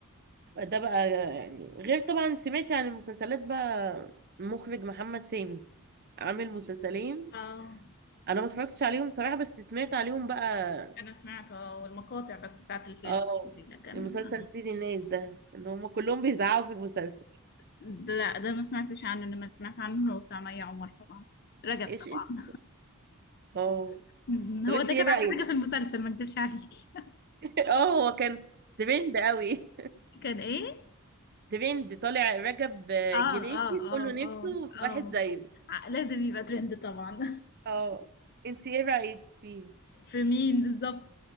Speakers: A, on the right; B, on the left.
A: ده بقى يعني غير طبعا سمعتي عن المسلسلات بقى مخرج محمد سامي عامل مسلسلين
B: اه
A: انا ما اتفرجتش عليهم صراحة بس سمعت عليهم بقى
B: انا سمعت اه المقاطع بس بتاعت الفيلم
A: اه
B: دي، لكن
A: المسلسل
B: آه.
A: سيد الناس ده ان هم كلهم بيزعقوا في المسلسل
B: ده- لا ده ما سمعتش عنه انما سمعت عنه بتاع مي عمر طبعا رجب
A: ايش
B: طبعا
A: ايش اه
B: <laughs> مهم.
A: طب
B: هو
A: انت
B: ده
A: ايه
B: كانت
A: رأيك
B: احلى حاجه في المسلسل ما اكدبش عليكي
A: <laughs> اه هو كان ترند قوي
B: <laughs> كان ايه
A: ترند طالع رجب آه،
B: اه اه
A: جريتي
B: اه
A: كله
B: اه
A: نفسه في
B: اه
A: واحد زيه
B: ع- لازم يبقى ترند طبعا
A: اه انت ايه رأيك فيه
B: <laughs> في مين بالظبط